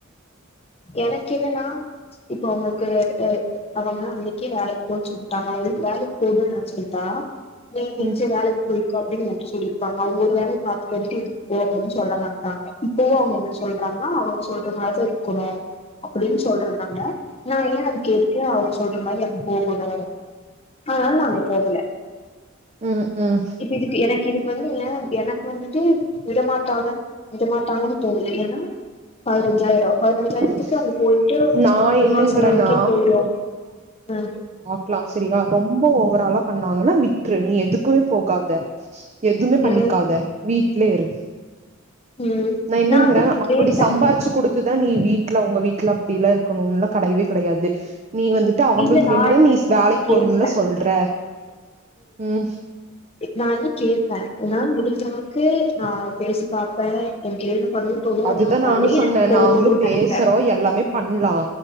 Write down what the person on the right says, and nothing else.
ம்
ம் ம்
ம்
நா
என்னங்கறேன்னா
க்லா செரியா ரொம்ப ஓவராலா பண்ணாங்கன்னா விட்ரு நீ எதுக்குமே போகாத எதுமே பண்ணிக்காத
வீட்லேரு
நா என்னங்றே
அப்டி
சம்பார்ச்சு குடு த்து தா நீ வீட்ல ஒங்க வீட்ல அப்டில்லா இருக்கணுன்லா கடயவே கடயாது நீ வந்து ட்டு அவுங்களுக்கு
வேண்டிதா
நீ வேலைக்கு
போறும்ல சொல்ற ம்
அதுதா
நானு
சொன்னே
நாங்களு பேசுறோ
எல்லாமே பண்லா